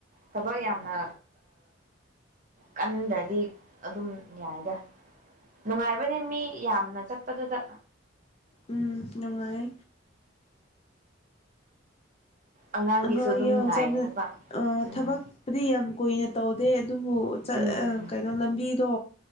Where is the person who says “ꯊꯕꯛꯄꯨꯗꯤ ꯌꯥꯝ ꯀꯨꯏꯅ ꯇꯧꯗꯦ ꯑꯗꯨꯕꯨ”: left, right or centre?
Left